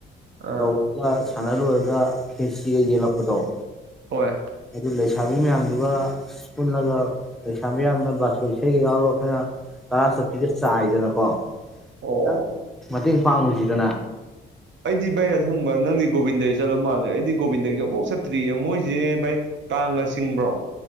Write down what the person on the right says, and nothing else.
ꯑꯥ
ꯍꯣꯏ
ꯑꯣ
ꯑꯩꯗꯤ ꯚꯩ ꯑꯊꯪꯕ ꯅꯪꯗꯤ ꯒꯣꯕꯤꯟꯗꯗꯒꯤ ꯆꯠꯂ ꯃꯥꯜꯂꯦ ꯑꯩꯗꯤ ꯒꯣꯕꯤꯟꯗꯒꯤꯁ ꯑꯃꯨꯛ ꯆꯠꯇ꯭ꯔꯤꯌꯦ ꯃꯣꯏꯁꯦ ꯚꯥꯏ ꯀꯥꯡꯉꯥ ꯆꯤꯡꯕ꯭ꯔꯣ